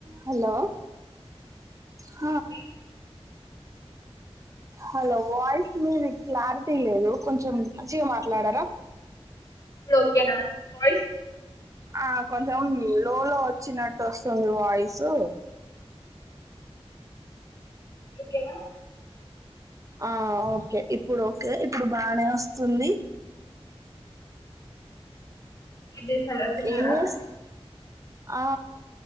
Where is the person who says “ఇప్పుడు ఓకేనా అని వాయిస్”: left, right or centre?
Left